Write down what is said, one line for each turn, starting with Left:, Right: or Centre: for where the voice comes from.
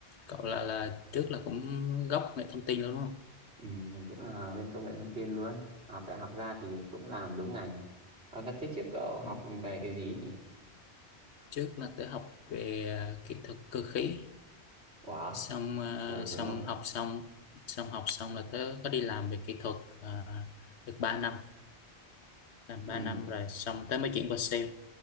Left: Cậu là là trước là cũng gốc nghệ thông tin luôn đúng không
Right: ừ, mình cũng là bên công nghệ thông tin luôn học đại học ra thì cũng làm đúng ngành à, và thế trước cậu
Left: Ừ.
Right: học về cái gì nhỉ
Left: trước là tớ học về à, kỹ thuật cơ khí
Right: quả
Left: xong à,
Right: ừ đúng
Left: xong
Right: rồi
Left: học xong xong học xong là tớ có đi làm về kỹ thuật à, được 3 năm làm
Right: ừ
Left: 3 năm rồi xong tớ mới chuyển qua sale